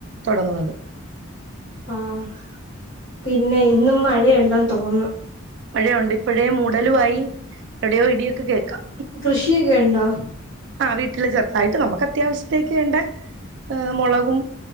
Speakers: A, on the right; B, on the left.
A: തുടങ്ങുന്നത്
B: ആഹ് പിന്നെ ഇന്നും മഴയുണ്ടെന്ന് തോന്നുന്നു
A: മഴയുണ്ട് ഇപ്പോഴേ മൂടലുവായി എവിടെയോ ഇടിയൊക്കെ കേൾക്കാം
B: കൃഷിയൊക്കെ ഉണ്ടോ
A: ആഹ് വീട്ടില് ചെറുതായിട്ട് നമുക്ക് അത്യാവശ്യത്തേക്ക് വേണ്ട മുളകും